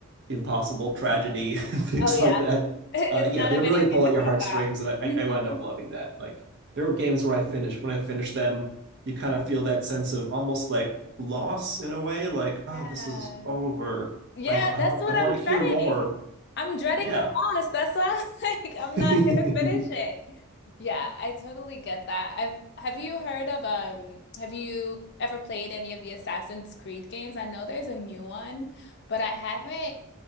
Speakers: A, on the right (about 50°); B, on the left (about 50°).
A: impossible tragedy <laughs> and things
B: Oh yeah.
A: like that.
B: <laughs> It's
A: Uh, yeah,
B: not
A: they
B: a
A: really
B: video game
A: pull
B: without
A: at your heartstrings,
B: that.
A: and I,
B: Mhm.
A: I wind up loving that. Like there are games where I finish when I finish them, you kind of feel that sense of almost like loss in a way, like oh,
B: Yeah.
A: this is over.
B: Yeah,
A: I I,
B: that's what
A: I want
B: I'm
A: to
B: dreading.
A: hear more.
B: I'm dreading
A: Yeah,
B: the loss. That's why I'm <laughs> like,
A: <laughs>
B: I'm
A: is
B: not gonna finish it. Yeah, I totally get that. I've have you heard of um have you ever played any of the Assassin's Creed games? I know there's a new one, but I haven't.